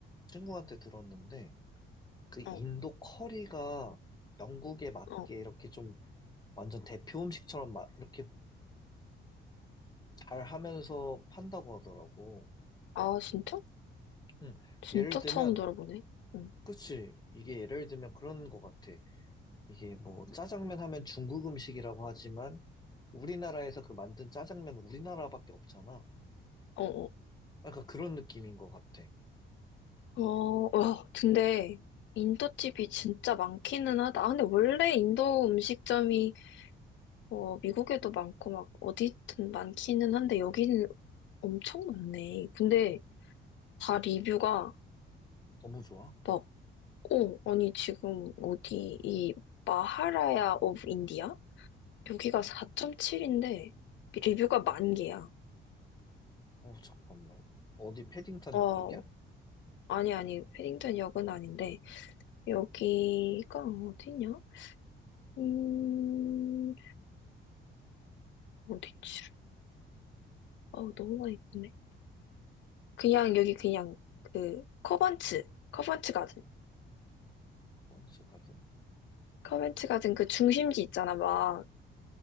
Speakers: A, on the left; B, on the left.
A: 친구한테 들었는데 그 인도
B: 어,
A: 커리가 영국에 맞게
B: 어.
A: 이렇게 좀 완전 대표 음식처럼 마- 이렇게 잘 하면서 판다고 하더라고.
B: 아, 진짜?
A: 응.
B: 진짜
A: 예를 들면,
B: 처음 들어보네. 응.
A: 그치. 이게 예를 들면 그런 것 같아. 이게 뭐 짜장면 하면 중국 음식이라고 하지만 우리나라에서 그 만든 짜장면 우리나라밖에 없잖아.
B: 어, 어.
A: 약간 그런 느낌인 것 같아.
B: 어, 와, 근데 인도집이 진짜 많기는 하다. 아, 근데 원래 인도 음식점이 어, 미국에도 많고 막 어디든 많기는 한데 여기는 엄청 많네. 근데 다 리뷰가
A: 너무 좋아.
B: 막, 오 아니 지금 어디 이 마하라야 오브 인디아? 여기가
A: 어,
B: 4.7인데 리뷰가 만 개야.
A: 어 잠깐만. 어디 패딩턴
B: 어,
A: 역쪽이야?
B: 아니 아니 패딩턴 역은 아닌데 여기가 어디냐? 음, 어디지? 어, 너무 많이 있네. 그냥 여기 그냥 그 커번츠, 커번츠 가든.
A: 콘츠 가든?
B: 커벤츠 가든 그 중심지 있잖아, 막